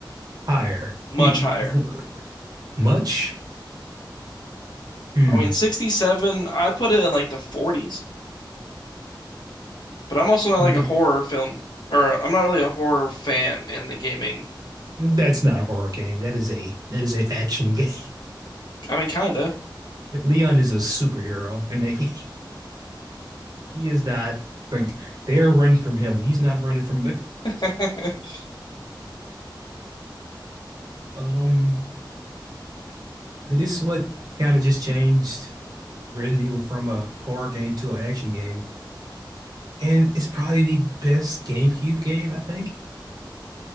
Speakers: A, on the right; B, on the left.
A: higher.
B: much
A: E- e-
B: higher?
A: w- Much? Hmm.
B: I mean, 67, I'd put it in like the 40s, but I'm also not
A: Like
B: like a
A: it,
B: horror film or I'm not really a horror fan in the gaming.
A: that's not a horror game. That is a that is an action <laughs>
B: I mean, kinda.
A: Leon is a superhero in that game. He is not like they're running from him. He's not running from them. <laughs>
B: <laughs>
A: Um, and this is what kind of just changed Resident Evil from a horror game to an action game. And it's probably the best GameCube game, I think.